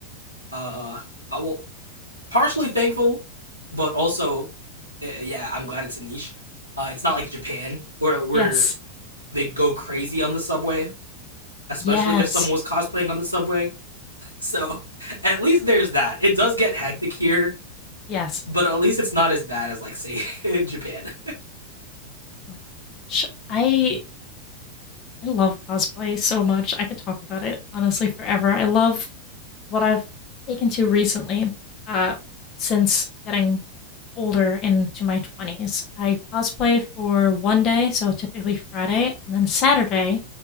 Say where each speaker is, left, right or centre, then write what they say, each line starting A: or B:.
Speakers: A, on the left; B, on the left.
A: uh, I will partially thankful, but also, uh, yeah, I'm glad it's a niche. Uh, it's not like Japan where where
B: <laughs> yes,
A: they'd go crazy on the subway, especially
B: yes,
A: if someone was cosplaying on the subway. <laughs> So at least there's that. It does get hectic here
B: yes.
A: but at least it's not as bad as like say <laughs> Japan.
B: Oh I I love cosplay so much. I could talk about it honestly forever. I love what I've taken to recently, uh, since getting older into my 20s, I cosplay for one day, so typically Friday, and then Saturday,